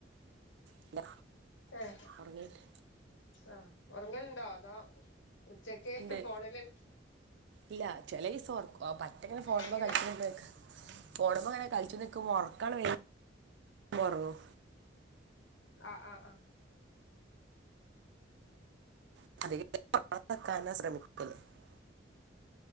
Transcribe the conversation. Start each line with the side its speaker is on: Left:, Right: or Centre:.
Right: ഇല്ല
Left: ഏഹ്
Right: ഉറങ്ങിയിട്ട്
Left: ആഹ് ഒറങ്ങൽണ്ടോ അതൊ ഉച്ചക്ക്
Right: ഉണ്ട്
Left: ഫോണില്
Right: ഇല്ല ചില ദിവസം ഓർക്കും ആഹ് പറ്റെങ്ങനെ ഫോണുമ്മേ
Left: എങ്ങനെ
Right: കളിച് ഫോൺമ്മേങ്ങനെ കളിച്ചു നിക്കുമ്പോ ഉറക്കാണ് വരുമ്പോ ഉറങ്ങും.
Left: ആ ആ ആ
Right: <inaudible>